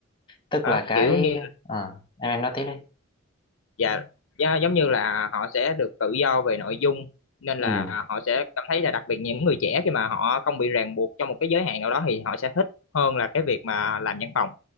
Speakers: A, on the left; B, on the left.
A: tức
B: Đó,
A: là cái
B: kiểu như
A: à, em em nói tiếp đi
B: Dạ, dạ giống như là họ sẽ được tự do về nội dung nên
A: ừ
B: là họ sẽ cảm thấy là đặc biệt những người trẻ khi mà họ không bị ràng buộc trong một cái giới hạn nào đó thì họ sẽ thích hơn là cái việc mà làm văn phòng.